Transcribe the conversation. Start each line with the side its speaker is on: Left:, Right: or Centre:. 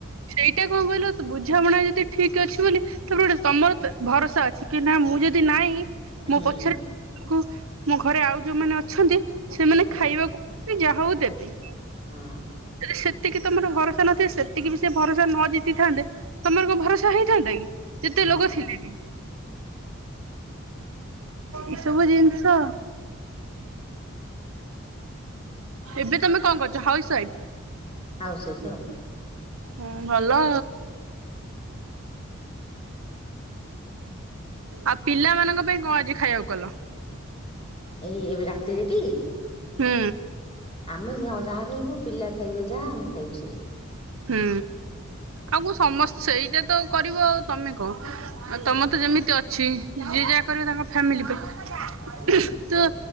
Right: ସେଇଟା କଣ କହିଲ ବୁଝାମଣା ଯଦି ଠିକ୍ ଅଛି ବୋଲି ତାପରେ ଗୋଟେ ତମର ତ ଭରସା ଅଛି। କି ନା ମୁଁ ଯଦି ନାଇଁ
Left: ହୁଁ
Right: ମୋ ପଛରେ ମୋ ଘରେ ଆଉ ଯୋଉମାନେ ଅଛନ୍ତି। ସେମାନେ
Left: ହଁ
Right: ଖାଇବାକୁ ଯାହା ହଉ ଦେବେ।
Left: ହଁ
Right: ଯଦି ସେତିକି ତମର ଭରସା ନଥାଏ। ସେତିକି ବି ସେ ଭରସା ନ ଜିତିଥାନ୍ତେ ତମର କଣ ଭରସା ହେଇଥାନ୍ତା କି। ଯେତେ
Left: ହଁ
Right: ଲୋକ ଥିଲେ ବି। ଏଇସବୁ ଜିନିଷ। ଏବେ ତମେ କଣ କରୁଛ? House wife.
Left: ହାଉସ୍ ୱାଇପ୍ ଆଉ।
Right: ହୁଁ ଭଲ। ଆଉ ପିଲାମାନଙ୍କ ପାଇଁ କଣ ଆଜି ଖାଇବାକୁ କଲ?
Left: ଏଇ ଏବେ ରାତିରେଟି।
Right: ହୁଁ।
Left: ଆମେ ଯା ଯାହା ଖାଇବୁ ପିଲା ଖାଇବେ ଯାହା ଆମେ ଖାଇବୁ ସେଇଆ।
Right: ହୁଁ ଆଉ କ ସମସ୍ତ ସେଇଟା ତ କରିବ ଆଉ ତମେ କଣ। ଆଉ ତମେ
Left: ହଁ
Right: ତ ଯେମିତି ଅଛି। ଯିଏ ଯାହା କରିବେ ତାଙ୍କ ଫ୍ୟାମିଲି ପାଇଁ।
Left: ହଁ
Right: ତୁ